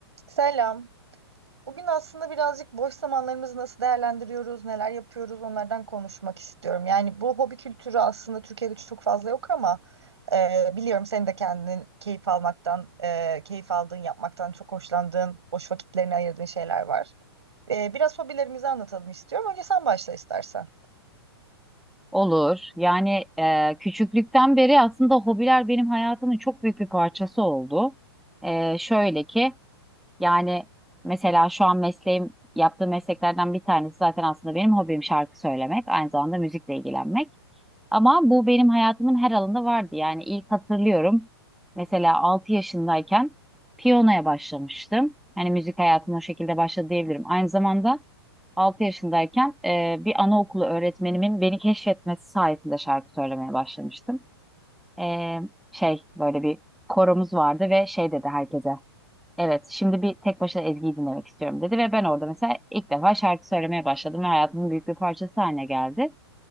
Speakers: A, on the right; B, in the centre.
A: Selam. Bugün aslında birazcık boş zamanlarımızı nasıl değerlendiriyoruz, neler yapıyoruz onlardan konuşmak istiyorum. Yani bu hobi kültürü aslında Türkiye'de çok fazla yok ama e, biliyorum senin de kendin keyif almaktan, e, keyif aldığın, yapmaktan çok hoşlandığın, boş vakitlerini ayırdığın şeyler var. E, biraz hobilerimizi anlatalım istiyorum. Önce sen başla istersen.
B: Olur. Yani e, küçüklükten beri aslında hobiler benim hayatımın çok büyük bir parçası oldu. E, şöyle ki yani mesela şu an mesleğim yaptığım mesleklerden bir tanesi zaten aslında benim hobim şarkı söylemek, aynı zamanda müzikle ilgilenmek. Ama bu benim hayatımın her alanında vardı. Yani ilk hatırlıyorum mesela 6 yaşındayken piyanoya başlamıştım. Hani müzik hayatıma o şekilde başladı diyebilirim. Aynı zamanda Altı yaşındayken e, bir anaokulu öğretmenimin beni keşfetmesi sayesinde şarkı söylemeye başlamıştım. E, şey böyle bir koromuz vardı ve şey dedi herkese. Evet, şimdi bir tek başına Ezgi'yi dinlemek istiyorum dedi ve ben orada mesela ilk defa şarkı söylemeye başladım ve hayatımın büyük bir parçası haline geldi.